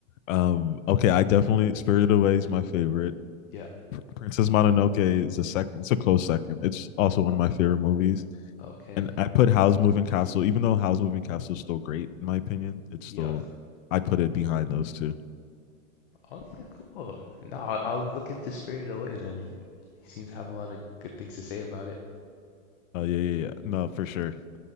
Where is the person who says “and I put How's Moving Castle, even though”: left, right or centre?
Left